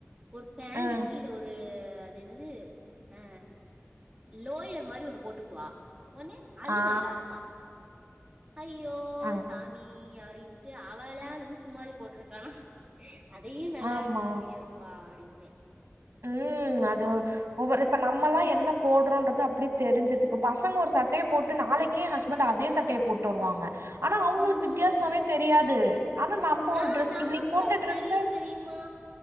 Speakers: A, on the right; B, on the right.
A: ஒரு பேண்டு
B: அ
A: கீழே ஒரு அது என்னது அ லோயர் மாரி ஒண்ணு போட்டுக்குவா ஒன்னே அது
B: ஆ
A: நல்லா இருக்கா ஐயோ
B: அ
A: சாமி அப்டின்ட்டு அவலா லூசு மாரி போட்டிருக்கானா அத் தயும் நல்லா
B: ஆமா
A: இருக்குங்கிறியேப்பா அப்டிபே
B: ம் அது ஒவ்வ இப்ப நம்மல்லா என்ன போடுறோன்றது அப்டியே தெரிஞ்சுருது இப்ப பசங்க ஒரு சட்டைய போட்டு நாளைக்கே ஹஸ் பண்டு அதே சட்டைய போட்டு வருவாங்க ஆனா அவ்ங்களுக்கு
A: ம்
B: வித்யாசமாவே தெரியாது ஆனா நம்ம
A: ஆ
B: ஒரு டிரஸ்
A: நமக்கு
B: இன்னிக்கு போட்ட
A: அது
B: டிரஸ்ஸ
A: தெரியு தெரியுமா